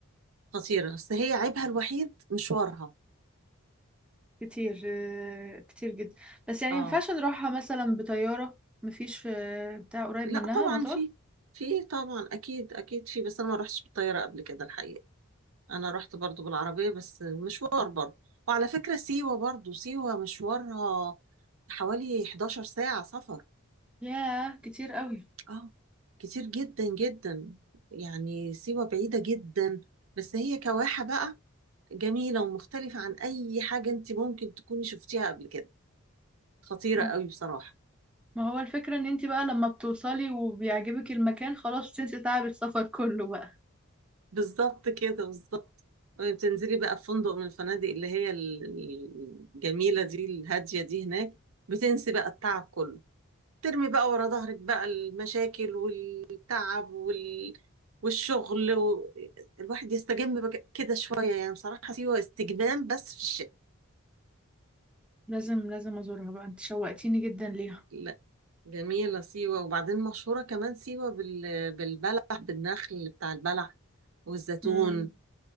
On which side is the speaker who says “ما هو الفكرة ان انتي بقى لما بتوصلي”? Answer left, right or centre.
Centre